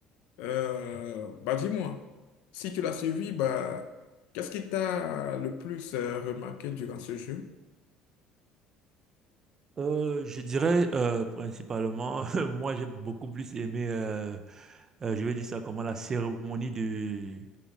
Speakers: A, on the left; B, on the right.
A: Euh, bah dis-moi, si tu l'as suivi, bah, qu'est-ce qui t'a le plus euh, remarqué durant ce jeu?
B: Euh, je dirais euh, principalement, <laughs> moi j'ai beaucoup plus aimé, euh, euh, je vais dire ça comment, la cérémonie de,